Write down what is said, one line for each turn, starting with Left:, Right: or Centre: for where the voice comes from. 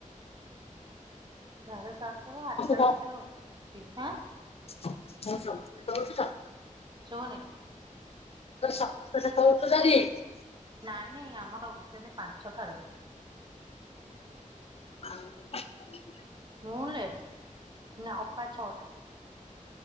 Right: ସାଢେ ସାତରୁ ଆଠଟା
Left: ତ
Right: ଭିତରେ ଉଠି ଆଁ
Left: <unintelligible>
Right: ଶୁବୁନି।
Left: ତ ସମସ୍ତେ ସେତେ ବେଳୁ ଉଠୁଛନ୍ତି?
Right: ନାଇଁ ନାଇଁ ଆମର ଉଠୁଛନ୍ତି ପାଞ୍ଚଟାରେ।
Left: ହ <unintelligible>
Right: ମୁଁ ଲେଟ୍ ନା ଅପା ଛଅଟା।